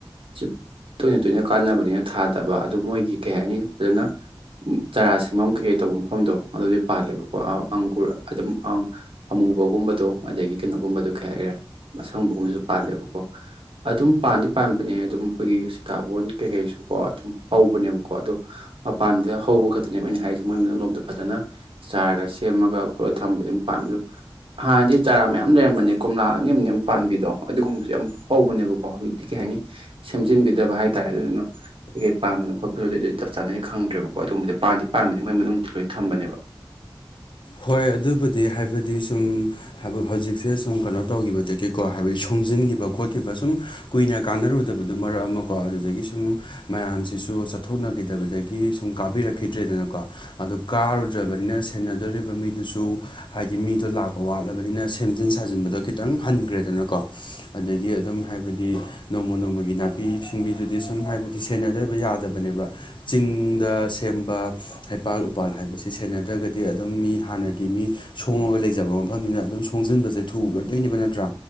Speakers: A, on the right; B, on the left.
A: ꯁꯤꯞ ꯇꯣꯏꯅ ꯇꯣꯏꯅ ꯀꯥꯟꯅꯕꯅꯤꯅ ꯊꯥꯗꯕ ꯑꯗꯨ ꯃꯣꯏꯒꯤ ꯀꯩ ꯍꯥꯏꯅꯤ ꯐꯖꯅ ꯆꯔꯥ ꯁꯦꯝꯐꯝ ꯀꯩꯀꯩ ꯇꯧꯕ ꯃꯐꯝꯗꯣ ꯑꯗꯨꯗꯤ ꯄꯥꯜꯂꯦꯕꯀꯣ ꯑꯥ ꯑꯪꯒ꯭ꯨꯔ ꯑꯗꯨꯝ ꯑꯥ ꯑꯃꯨꯕꯒꯨꯝꯕꯗꯣ ꯑꯗꯒꯤ ꯀꯩꯅꯣꯒꯨꯝꯕꯗꯣ ꯀꯩ ꯍꯥꯏꯒ꯭ꯔꯦ ꯑꯁꯪꯕꯒꯨꯝꯕꯁꯨ ꯄꯥꯜꯂꯦꯕꯀꯣ ꯑꯗꯨꯝ ꯄꯥꯟꯗꯤ ꯄꯥꯟꯕꯅꯦ ꯑꯗꯨꯝ ꯑꯩꯈꯣꯏꯒꯤ ꯁꯤꯇꯥꯕꯣꯟ ꯀꯩꯀꯩꯁꯨ ꯀꯣ ꯑꯗꯨꯝ ꯍꯧꯕꯅꯦꯕꯀꯣ ꯑꯗꯨ ꯑꯞ ꯄꯥꯟꯗ ꯍꯧꯕ ꯈꯛꯇꯅꯦꯕ ꯑꯩꯅ ꯍꯥꯏꯔꯤꯁꯦ ꯃꯣꯏ ꯃꯅꯨꯡ ꯂꯣꯝꯗ ꯐꯖꯅ ꯆꯥꯔꯒ ꯁꯦꯝꯃꯒ ꯄ ꯊꯝꯕꯗꯤ ꯑꯗꯨꯝ ꯄꯥꯝꯃꯦ ꯑꯗꯨꯝ ꯍꯥꯟꯅꯗꯤ ꯆꯥꯔꯥ ꯃꯌꯥꯝ ꯂꯩꯔꯝꯕꯅꯦ ꯀꯣꯝꯂꯥ ꯑꯅꯤ ꯑꯝꯅꯦ ꯄꯥꯟꯕꯤꯗꯣ ꯑꯗꯨꯒꯨꯝꯕꯁꯨ ꯌꯥꯝ ꯍꯧꯕꯅꯦꯕꯀꯣ ꯍꯧꯖꯤꯛꯇꯤ ꯀꯩ ꯍꯥꯏꯅꯤ ꯁꯦꯝꯖꯤꯟꯕꯤꯗꯕ ꯍꯥꯏꯇꯥꯔꯦ ꯑꯗꯨꯗꯨꯅ ꯀꯩꯀꯩ ꯄꯥꯟꯕꯅꯣ ꯈꯣꯠꯄꯅꯣꯗꯨꯗꯤ ꯑꯗꯨꯗꯤ ꯆꯞ ꯆꯥꯅꯩ ꯈꯪꯗ꯭ꯔꯦꯕꯀꯣ ꯑꯗꯨꯝꯕꯗꯤ ꯄꯥꯟꯗꯤ ꯄꯥꯟꯕꯅꯤ ꯃꯣꯏ ꯃꯅꯨꯡꯗꯗꯤ ꯂꯣꯏ ꯊꯝꯕꯅꯦꯕ
B: ꯍꯣꯏ ꯑꯗꯨꯕꯨꯗꯤ ꯍꯥꯏꯕꯗꯤ ꯁꯨꯝ ꯍꯥꯏꯕ ꯍꯧꯖꯤꯛꯁꯦ ꯁꯨꯝ ꯀꯩꯅꯣ ꯇꯧꯈꯤꯕꯗꯒꯤꯀꯣ ꯍꯥꯏꯕꯗꯤ ꯁꯣꯡꯖꯤꯟꯒꯤꯕ ꯈꯣꯠꯈꯤꯕ ꯁꯨꯝ ꯀꯨꯏꯅ ꯀꯥꯟꯅꯔꯨꯗꯕꯗꯨ ꯃꯔꯛ ꯑꯃ ꯀꯣ ꯑꯗꯨꯗꯒꯤ ꯁꯨꯝ ꯃꯌꯥꯝꯁꯤꯁꯨ ꯆꯠꯊꯣꯛꯅꯈꯤꯗꯕꯗꯒꯤ ꯁꯨꯝ ꯀꯥꯕꯤꯔꯛꯈꯤꯗ꯭ꯔꯦꯗꯅꯀꯣ ꯑꯗꯨ ꯀꯥꯔꯨꯗ꯭ꯔꯕꯅꯤꯅ ꯁꯦꯟꯅ ꯗꯨꯔꯤꯕ ꯃꯤꯗꯨꯁꯨ ꯍꯥꯏꯗꯤ ꯃꯤꯗꯣ ꯂꯥꯛꯄ ꯋꯥꯠꯂꯕꯅꯤꯅ ꯁꯦꯝꯖꯤꯟ ꯁꯥꯖꯤꯟꯕꯗ ꯈꯤꯇꯪ ꯍꯟꯒ꯭ꯔꯦꯗꯅꯀꯣ ꯑꯗꯒꯤ ꯑꯗꯨꯝ ꯍꯥꯏꯕꯗꯤ ꯅꯣꯡꯃ ꯅꯣꯡꯃꯒꯤ ꯅꯥꯄꯤ ꯁꯤꯡꯕꯤꯗꯨꯗꯤ ꯁꯨꯝ ꯍꯥꯏꯕꯗꯤ ꯁꯦꯟꯅꯗꯕ ꯌꯥꯗꯕꯅꯦꯕ ꯆꯤꯡꯗ ꯁꯦꯝꯕ ꯍꯩꯄꯥꯜ ꯎꯄꯥꯜ ꯍꯥꯏꯕꯁꯦ ꯁꯦꯟꯅꯗ꯭ꯔꯒꯗꯤ ꯑ ꯗꯨꯝ ꯃꯤ ꯍꯥꯟꯅꯒꯤ ꯃꯤ ꯁꯣꯡꯉꯒ ꯂꯩꯖꯕ ꯃꯐꯝꯅꯤꯅ ꯑꯗꯨꯝ ꯁꯣꯡꯖꯤꯟꯕꯖꯦ ꯊꯨꯒꯗꯣꯏꯅꯦꯕ ꯅꯠꯇ꯭ꯔꯥ